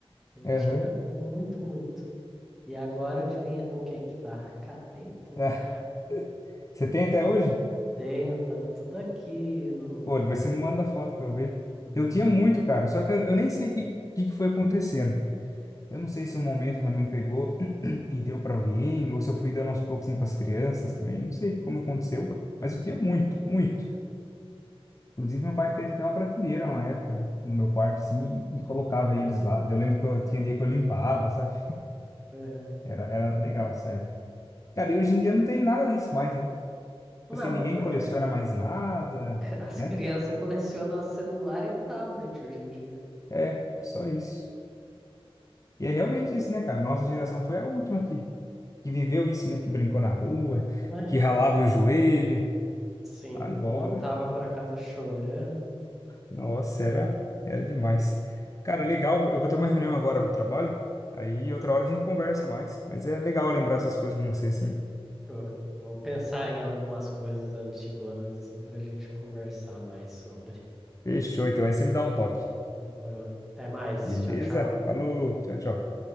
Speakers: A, in the centre; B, on the left (about 30°).
A: Ele
B: Aham.
A: tinha
B: <laughs>
A: muito, muito. E agora adivinha com quem que tá? <laughs> Catei tudo.
B: Ah, Você tem até hoje?
A: Tenho, tá tudo aqui no.
B: Pô, depois você me manda foto pra eu ver.
A: Mano.
B: Eu tinha muito, cara, só que eu, eu nem sei o que, que que foi acontecendo. Eu não sei se um momento minha mãe pegou <clears throat> e deu pra alguém, ou se eu fui dando aos poucos assim, pras crianças também, não sei como aconteceu, mas eu tinha muito, muito. Inclusive, meu pai fez até uma prateleira uma época no meu quarto, assim, e colocava eles lá. Eu lembro que eu tinha dia que eu limpava, sabe?
A: é.
B: Era, era legal essa época. Cara, e hoje em dia não tem nada disso mais, né? Tipo
A: Não,
B: Assim, ninguém
A: porque
B: coleciona mais nada,
A: <laughs> as
B: né?
A: crianças colecionam celular e tablet hoje em dia.
B: É, só isso. E é realmente
A: Não
B: isso, né, cara? Nossa geração foi a última que, que viveu isso, né? Que brincou na rua,
A: né?
B: que ralava o joelho.
A: Sim,
B: Agora.
A: voltava pra casa chorando.
B: Nossa, era, era demais. Cara, legal. Eu vou ter uma reunião agora do trabalho. Aí outra hora a gente conversa mais. Mas é legal lembrar essas coisas com você, assim.
A: Fechou. Vou pensar em algumas coisas antigonas assim para a gente conversar mais sobre.
B: Fechou, então. Aí você me dá um toque.
A: Demorou. Até mais.
B: Beleza?
A: Tchau, tchau.
B: Falou. Tchau, tchau.